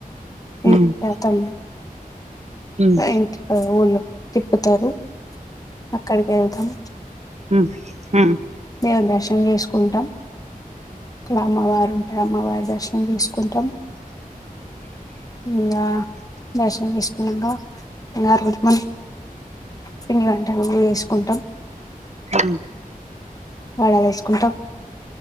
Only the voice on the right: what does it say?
హ్మ్ అవును అవును
హ్మ్
హ హ
ఆ